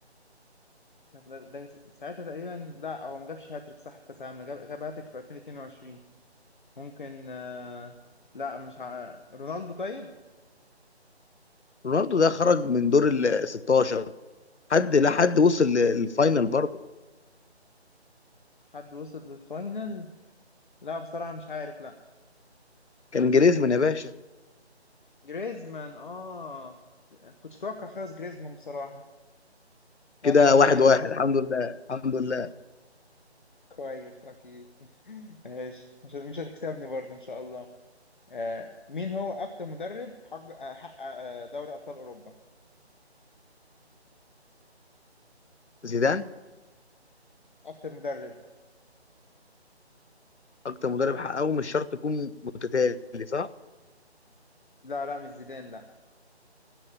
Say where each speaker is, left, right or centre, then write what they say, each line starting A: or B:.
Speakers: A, on the left; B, on the left.
A: طب ده, ده ساعتها تقريبا لا هو ما جابش هاتريك صح في كاس العالم جاب جاب هاتريك في 2022 ممكن آه، لا مش ع... رونالدو طيب
B: رونالدو ده خرج من دور ال 16 حد لا حد وصل للفاينل برضه
A: حد وصل للفاينل لا بصراحة مش عارف لا
B: كان جريزمان يا باشا
A: جريزمان اه كنتش اتوقع خالص جريزمان بصراحة لا
B: كده
A: سؤال
B: واحد
A: كويس
B: واحد الحمد لله الحمد لله
A: كويس اكيد <laughs> ماشي مش مش هتكسبني برضه ان شاء الله آه، مين هو أكتر مدرب حق آه، حقق آه، دوري أبطال أوروبا؟
B: زيدان
A: أكتر مدرب
B: اكتر مدرب حققه مش شرط يكون متتالي صح
A: لا لا مش زيدان لا